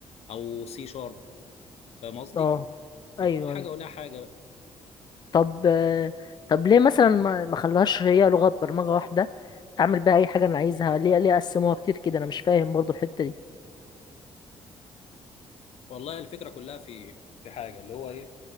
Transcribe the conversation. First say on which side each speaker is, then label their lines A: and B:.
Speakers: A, on the left; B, on the left.
A: او سي شارب فاهم قصدي
B: اه
A: فكل
B: ايوه
A: حاجه
B: ايوه
A: ولها حاجه
B: طب طب ليه مثلا ما ما خلوهاش هي لغة برمجة واحدة اعمل بيها اي حاجة انا عايزها ليه ليه قسموها كتير كده انا مش فاهم برضو الحتة دي
A: والله الفكره كلها في في حاجه اللي هو ايه